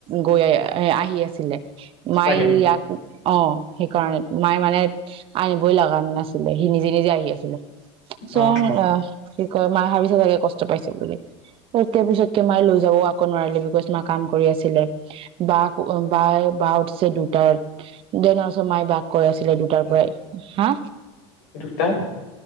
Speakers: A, on the right; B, on the left.
A: গৈ আহ আহি আছিলে। মায়য়
B: হয় নেকি
A: ইয়াকো। অ সেইকাৰণ মায়ে মানে আনিবই লগা নাছিলে সি নিজে নিজে আহি আছিলে। চ
B: অ
A: আহ। কি কয় মায়ে ভাবিছে চাগে কষ্ট পাইছে বুলি তেয়া পিছতকে মায়ে লৈ যাব আকৌ নোৱাৰিলে, বিকজ মা কাম কৰি আছিলে বা ক বাই বা উঠিছে দুটাৰ দেৰ টা মাই বাস কৰে আছিলে, দুটাৰ পৰাই হা?
B: দুুটাত